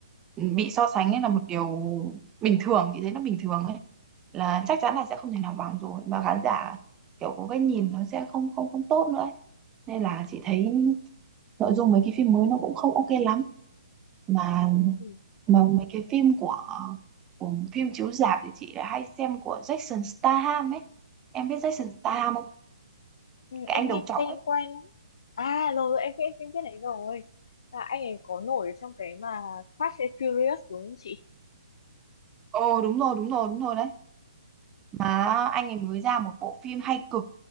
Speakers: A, on the right; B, on the left.
A: ừ, bị so sánh ấy là một điều bình thường chị thấy nó bình thường ấy là chắc chắn là sẽ không thể nào bằng rồi mà khán giả kiểu có cái nhìn nó sẽ không không không tốt nữa ấy. nên là chị thấy nội dung mấy cái phim mới nó cũng không ok lắm mà
B: ừ.
A: mà mấy cái phim của của phim chiếu rạp thì chị lại hay xem của Jason Statham ấy em biết Jason Statham không
B: Ừ,
A: cái
B: em
A: anh đầu
B: nghe cái
A: trọc
B: tên
A: ấy
B: quen lắm à rồi rồi, em biết em biết đấy rồi à, anh ấy có nổi ở trong cái mà Fast and Furious đúng không chị
A: ồ đúng rồi đúng rồi đúng rồi đấy mà anh ấy mới ra một bộ phim hay cực